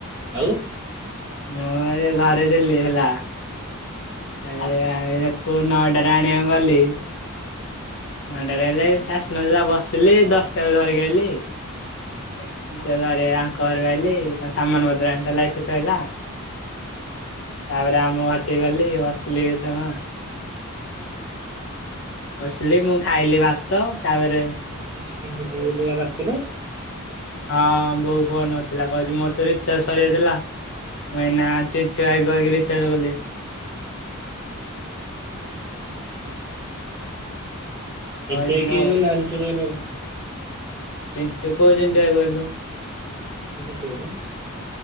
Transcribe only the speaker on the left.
ମୁଁ ଏ ଘରେ ଥିଲି ହେଲା
ଆ ଆଣି ତାକୁ ନଅଟାରେ ଆଣିବାକୁ ଗଲି ଘଣ୍ଟାଟେ ହେଲେ
ସେ ଆସିନଥିଲା ବସିଲି ଦଶଟା ବେ ଧରିକି ଆଇଲି।
<unintelligible> ଘରେ ଆଙ୍କ ଘରେ ଆଇଲି କଣ ସାମାନପତ୍ର ଆଣି ଥିଲା ଏଠି ଥୋଇଲା। ତାପରେ ଆମ ଘଟିକି ଗଲି ବସିଲି କିଛି ସମୟ ଶିଲି ମୁଁ ଖାଇଲି ଭାତ ତାପରେ
ହଁ ବୋଉ ଫୋନ୍ କରିଥିଲା କହିଲି ମୋର ତ ରିଚାର୍ଜ ସରିଯାଇଥିଲା ମୁଁ ଏଇନା ଚିଣ୍ଟୁ ଭାଇ କୁ କହିକି ରିଚାର୍ଜ କଲି।
କହିଥିଲୁ
ଆଉ
ଚିଣ୍ଟୁ କୋଉ ଚିଣ୍ଟୁ ଭାଇ କହିଲ?